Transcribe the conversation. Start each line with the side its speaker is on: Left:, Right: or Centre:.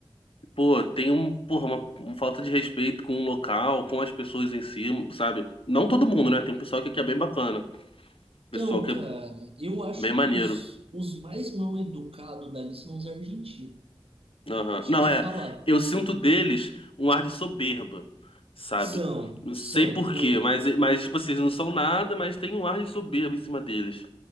Left: Pô, tem um, porra, uma, uma falta de respeito com o local, com as pessoas em si, sabe? Não todo mundo, né? Tem um pessoal aqui que é bem bacana,
Right: Então,
Left: pessoal que
Right: cara,
Left: é
Right: eu acho
Left: bem maneiro.
Right: que os, os mais mal educados dali são os argentinos.
Left: Aham.
Right: Te,
Left: Não,
Right: te
Left: é,
Right: falar.
Left: eu sinto deles um ar de soberba, sabe?
Right: São,
Left: Não
Right: são,
Left: sei por
Right: muito.
Left: quê, mas, mas tipo assim, eles não são nada, mas tem um ar de soberba em cima deles.